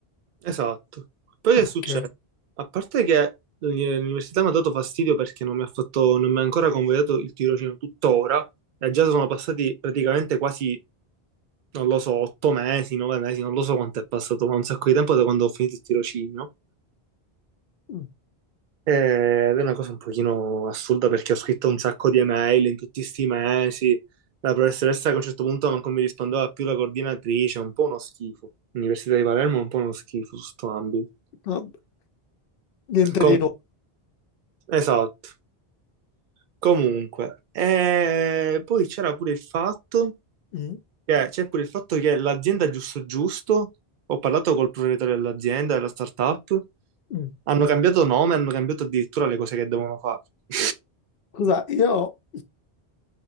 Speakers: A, on the right (about 55°); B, on the left (about 65°).
A: Esatto. Poi
B: Ok.
A: che succede? A parte che l'uni- l'università mi ha dato fastidio perché non mi ha fatto, non mi ha ancora convogliato il tirocinio tuttora, e già sono passati praticamente quasi, non lo so, otto mesi, nove mesi, non lo so quanto è passato, ma un sacco di tempo da quando ho finito il tirocinio.
B: Mm.
A: Eh, Ed è una cosa un pochino assurda perché ho scritto un sacco di email in tutti questi mesi. La professoressa che a un certo punto non mi rispondeva più la coordinatrice, è un po' uno schifo. L'Università di Palermo è un po' uno schifo su sto ambito.
B: Vabbè, Niente
A: Com-
B: di nuovo.
A: esatto. Comunque, eh, poi c'era pure il fatto
B: Mm,
A: che, c'è pure il fatto che l'azienda Giusto Giusto, ho parlato col proprietario dell'azienda, della startup,
B: mm.
A: hanno cambiato nome, hanno cambiato addirittura le cose che devono fare. <laughs>
B: Scusa, io